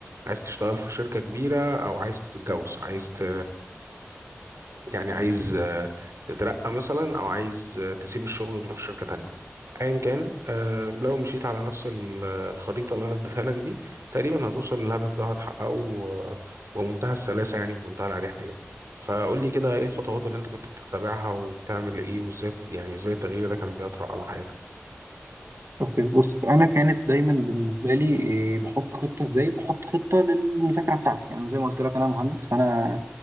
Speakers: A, on the right; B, on the right.
A: عايز تشتغل في شركه كبيره او عايز تتجوز عايز ت... يعني عايز آه، تترقى مثلا او عايز آه، تسيب الشغل وتروح شركة تانية ايا كان آه، لو مشيت على نفس ال- آه، الخريطة اللي انا اديتها لك دي تقريبا هتوصل للهدف ده هتحققه آه، ومنتهى السلاسة يعني بمنتهى الأريحية فقول لي كده ايه الخطوات اللي انت كنت بتتبعها وبتعمل ايه وازاي يعني ازاي التغيير ده كان بيطرأ على حياتك
B: اوكي بص انا كانت دايما بالنسبه لي إيه، بحط خطه ازاي بحط خطه للمذاكره بتاعتي يعني زي ما قلت لك انا مهندس فانا